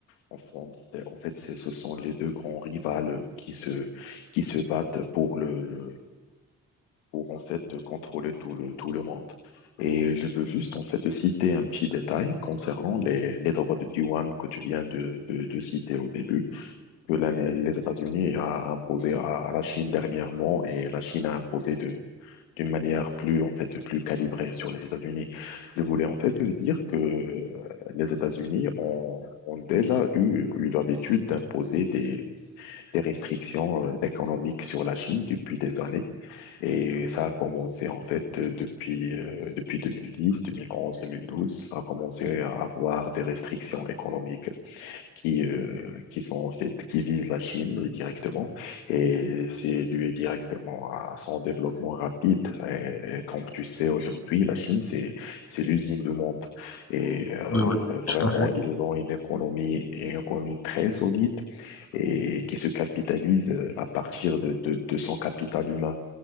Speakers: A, on the left; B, on the left.
A: En, fond- en fait, c'est- ce sont les deux grands rivales qui se qui se battent pour le, le pour en fait contrôler tout le, tout le monde. Et je veux juste en fait citer un petit détail concernant les, les droits de douane que tu viens de, de, de citer au début, que la- les États-Unis a imposé à, à la Chine dernièrement et la Chine a imposé de d'une manière plus en fait plus calibrée sur les États-Unis. Je voulais en fait dire que les États-Unis ont, ont déjà eu, eu l'habitude d'imposer des, des restrictions euh, économiques sur la Chine depuis des années. Et ça a commencé en fait euh, depuis, euh, depuis 2010, 2011, 2012. Ça a commencé à avoir des restrictions économiques qui, euh, qui sont en fait, qui visent la Chine oui, directement. Et c'est dû directement à son développement rapide. Et, et comme tu sais, aujourd'hui, la Chine, c'est, c'est l'usine du monde. Et euh,
B: Oui, oui,
A: vraiment,
B: tout à fait.
A: ils ont une économie, une économie très solide et qui se capitalise euh, à partir de, de, de son capital humain.